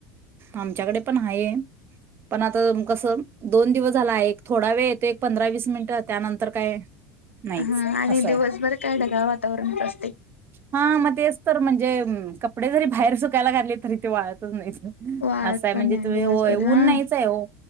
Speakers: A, on the right; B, on the left.
A: आमच्याकडे पण आहे पण आता कस दोन दिवस झाला आहे थोडा वेळ येतो एक पंधरा वीस मिनिट त्यानंतर काय नाहीच
B: हा आणि
A: असं
B: दिवसभर
A: आहे.
B: काय ढगाळ वातावरनच असतय.
A: हा मग तेच तर म्हणजे कपडे जरी बाहेर सुकायला घातली तरी ते वाळतच नाहीत.
B: वाळत
A: असं आहे
B: पण
A: म्हणजे
B: या
A: तुम्ही
B: दिवसभर
A: होय ऊन
B: हा
A: नाहीच आहे वो